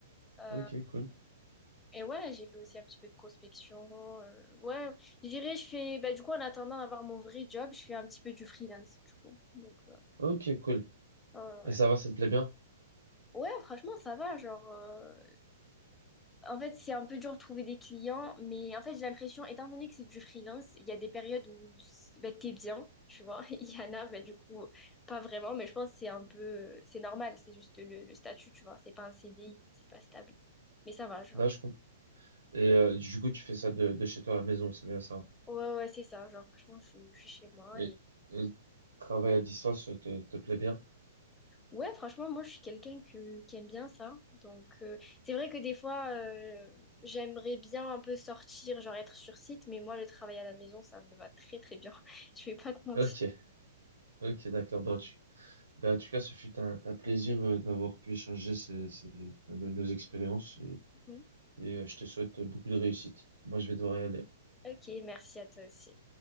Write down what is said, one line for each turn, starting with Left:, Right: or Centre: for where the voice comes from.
Left: Euh,
Right: ok, cool.
Left: et ouais, j'ai fait aussi un petit peu de prospection. euh, ouais, je dirais, je fais... ben, du coup, en attendant d'avoir mon vrai job, je fais un petit peu du freelance, du coup. Donc, euh,
Right: Ok, cool.
Left: ouais. ouais. ouais.
Right: Et ça va, ça te plaît bien?
Left: Ouais, franchement, ça va. Genre, euh, en fait, c'est un peu dur de trouver des clients, mais en fait, j'ai l'impression, étant donné que c'est du freelance, il y a des périodes où s- bah, t'es bien, tu vois. <laughs> Il y en a, bah, du coup, pas vraiment, mais je pense que c'est un peu, c'est normal, c'est juste le, le statut, tu vois. C'est pas un CDI, c'est pas stable. Mais ça va, genre.
Right: Là,
Left: je-
Right: je comprends. Et euh, du coup, tu fais ça de, de chez toi à la maison, c'est bien ça. hein?
Left: Ouais, ouais, c'est ça. Genre, franchement, je, suis je suis chez moi
Right: Et, et le travail à distance euh, te, te plaît bien?
Left: Ouais, franchement, moi, je suis quelqu'un que, qui aime bien ça. Donc, euh, c'est vrai que des fois, euh, j'aimerais bien un peu sortir, genre être sur site, mais moi, le travail à la maison, ça me va très, très bien. <laughs> Je vais pas te mentir.
Right: Ok, ok, d'accord. Ben, tu- ben, en tout cas, ce fut un, un plaisir euh, d'avoir pu échanger ces- ces- enfin, nos, nos expériences. et
Left: Mhm.
Right: euh, je te souhaite beaucoup de réussite. Moi, je vais devoir y aller.
Left: Ok, merci à toi aussi.